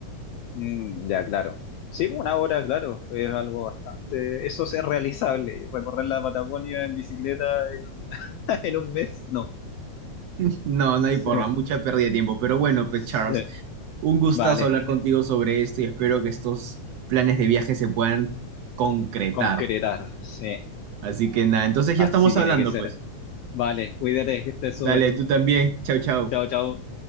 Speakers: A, on the left; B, on the right.
A: Mm, ya, claro. Sí, pues, una hora, claro, es algo bastante... Eso es realizable. Recorrer la Patagonia en bicicleta en un, <laughs> en un mes, no.
B: <laughs> No, no hay
A: Sí,
B: forma, mucha pérdida de tiempo. Pero bueno, pues
A: sí.
B: Charles, un gustazo
A: Vale,
B: hablar contigo sobre esto y espero que estos planes de viaje se puedan concretar,
A: concretar,
B: ¿no?
A: sí.
B: Así que nada, entonces ya
A: Así
B: estamos
A: tiene
B: hablando,
A: que ser.
B: pues.
A: Vale, cuídate, que estés
B: Dale,
A: súper.
B: tú también. Chau, chau.
A: Chao, chao.